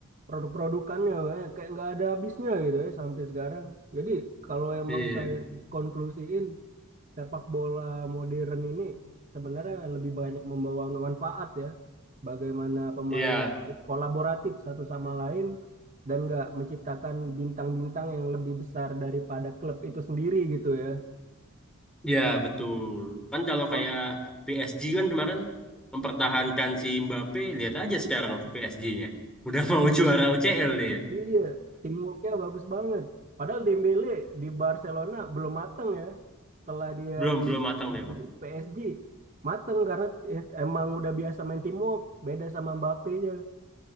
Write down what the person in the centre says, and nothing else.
Iya,
iya,
iya betul. Kan kalau
kayak PSG kan kemarin mempertahankan si Mbappe, lihat aja sekarang tuh PSG-nya. Udah <laughs> mau
juara UCL dia.
Belum, belum
matang dia,
Bang.